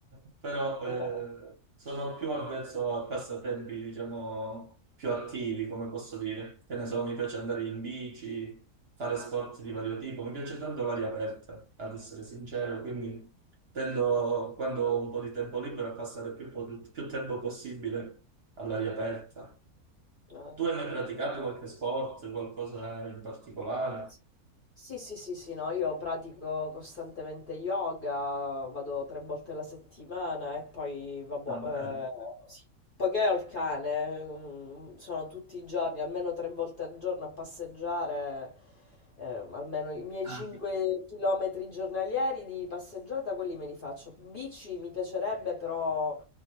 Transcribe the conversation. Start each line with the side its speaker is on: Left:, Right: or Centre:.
Right: <laughs> però eh,
Left: <laughs>
Right: sono più avvezzo a passatempi, diciamo, più attivi, come posso dire. Che ne so, mi piace andare in bici, fare sport di vario tipo, mi piace tanto l'aria aperta, ad essere sincero, quindi tendo, quando ho un po' di tempo libero, a passare più, po- più tempo possibile all'aria aperta.
Left: Ah.
Right: Tu hai mai praticato qualche sport, qualcosa in particolare?
Left: S- Sì, sì, sì, sì, no, io pratico costantemente yoga, vado tre volte alla settimana e poi, vabbè,
Right: Vabbè,
Left: eh, sì. Poiché ho il cane, mm, sono tutti i giorni, almeno tre volte al giorno a passeggiare, eh, almeno i miei
Right: Ah,
Left: 5 km giornalieri di passeggiata, quelli me li faccio. Bici mi piacerebbe, però